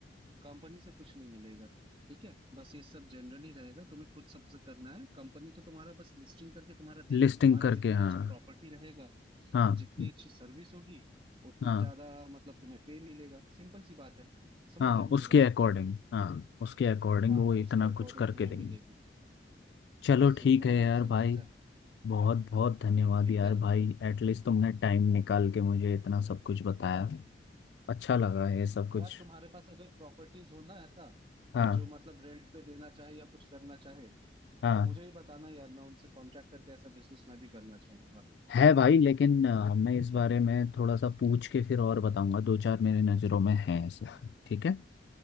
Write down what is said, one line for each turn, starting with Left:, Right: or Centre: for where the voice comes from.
Right: कंपनी से कुछ नहीं मिलेगा ठीक है बस ये सब जनरली रहेगा तुम्हें खुद सबसे करना है कंपनी तो तुम्हारा बस लिस्टिंग करके तुम्हारा
Left: लिस्टिंग
Right: देगी तुम्हारा
Left: करके
Right: जितना
Left: हाँ
Right: अच्छा प्रॉपर्टी रहेगा
Left: हाँ
Right: जितनी अच्छी सर्विस होगी उतना
Left: हाँ
Right: ज्यादा मतलब तुम्हें पे मिलेगा सिंपल सी बात है समझ
Left: हाँ
Right: रहे हो
Left: उसके
Right: मेरी बात
Left: अकॉर्डिंग हाँ उसके अकॉर्डिंग
Right: हाँ
Left: वो इतना
Right: उसके अकॉर्डिंग
Left: कुछ करके
Right: तुम्हें
Left: देंगे
Right: मिलेगी
Left: चलो
Right: बस
Left: ठीक
Right: इतना ही
Left: है यार
Right: है सिंपल
Left: भाई
Right: सा
Left: बहुत बहुत धन्यवाद
Right: ठीक
Left: यार
Right: है
Left: भाई एटलीस्ट तुमने टाइम निकाल के मुझे इतना सब कुछ बताया अच्छा लगा ये सब कुछ
Right: यार तुम्हारे पास अगर प्रॉपर्टीज हो ना ऐसा
Left: हाँ
Right: जो मतलब रेंट पे देना चाहे या कुछ करना चाहे
Left: हाँ
Right: तो मुझे ही बताना यार मैं उनसे कॉन्ट्रैक्ट करके ऐसा बिजनेस मैं भी करना चाहूंगा
Left: है भाई लेकिन अ, मैं
Right: ठीक
Left: इस बारे
Right: है
Left: में थोड़ा सा पूछ के फिर और बताऊंगा दो चार मेरे नज़रों में है ऐसा ठीक है